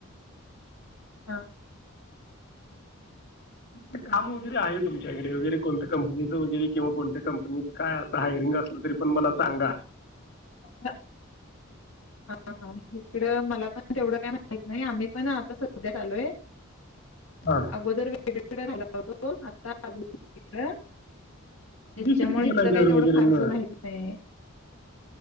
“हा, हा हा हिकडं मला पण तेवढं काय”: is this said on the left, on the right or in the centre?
Left